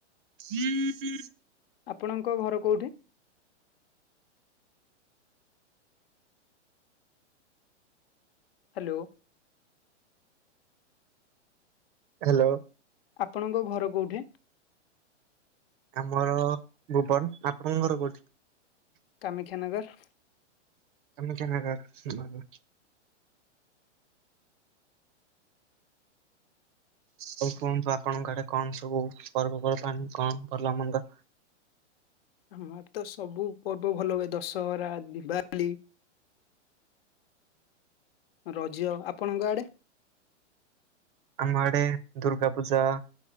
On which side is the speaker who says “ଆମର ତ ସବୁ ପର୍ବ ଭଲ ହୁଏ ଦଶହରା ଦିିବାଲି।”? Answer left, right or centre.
Left